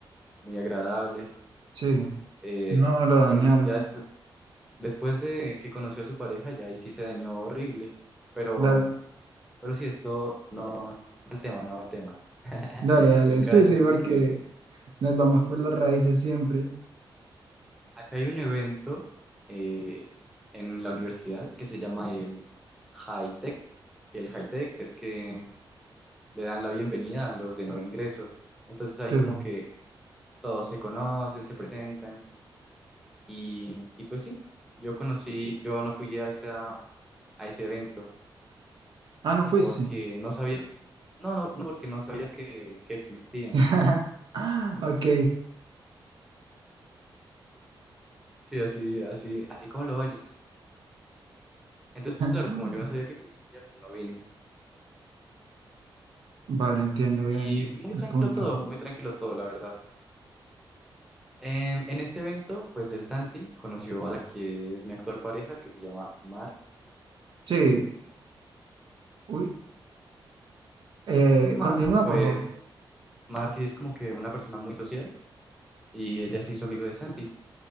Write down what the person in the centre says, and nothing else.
muy agradable.
Eh,
bueno, ya después, después de que conoció a su pareja, ya ahí sí se dañó horrible, pero
Pero si esto no no va al tema, no va al tema. <laughs>
El caso
es
que
acá hay un evento eh, en la universidad que se llama el High Tech. Que el High Tech es que le dan la bienvenida a los de nuevo ingreso. Entonces ahí
como que todos se conocen, se presentan y, y pues sí, yo conocí, yo no fui a esa, a ese evento
porque no sabía, no, no, no porque no sabía que que existía.
Sí, así, así, así como lo oyes. Entonces, pues
claro, como yo no sabía que existía, pues no vine.
Y, y muy
tranquilo
todo, muy tranquilo todo, la verdad. Em, en este evento, pues el Santi conoció a la que es mi actual pareja, que se llama Mar.
Y Mar,
pues
Mar sí es como que una persona muy social y ella se hizo amigo de Santi.